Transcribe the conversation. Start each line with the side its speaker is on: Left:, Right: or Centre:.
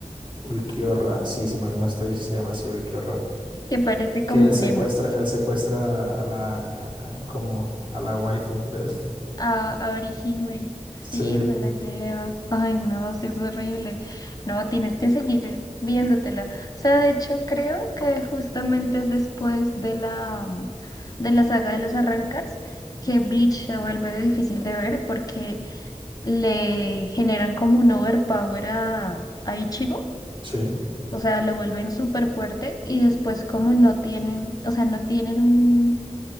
Right: Ulquiorra, sí, si mal no estoy, se llama así Ulquiorra.
Left: que parece como
Right: Que él
Left: un
Right: secuestra,
Left: emo.
Right: él secuestra a la, a- a- como a la waifu de él.
Left: A, a Orihime. Sí,
Right: Sí,
Left: se la lleva. Ay, no, sí es horrible. No, tienes que seguir viéndotela. O sea, de hecho, creo que justamente es después de la, mm, de la saga de los arrancars que Bleach se vuelve difícil de ver porque le generan como un overpower a, a Ichigo.
Right: sí,
Left: O sea, lo vuelven súper fuerte y después como no tienen, o sea, no tienen un